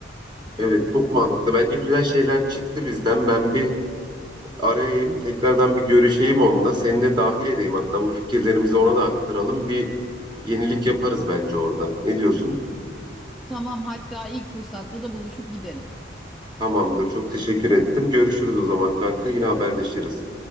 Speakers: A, on the right; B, in the centre.
A: Evet çok mantıklı. Bence güzel şeyler çıktı bizden. Ben bir arayayım. Tekrardan bir görüşeyim onunla. Seni de dahil edeyim hatta bu fikirlerimizi ona da aktaralım. Bir yenilik yaparız bence orada. Ne diyorsun?
B: Tamam hatta ilk fırsatta da buluşup gidelim.
A: Tamamdır. Çok teşekkür ettim. Görüşürüz o zaman kanka. Yine haberleşiriz.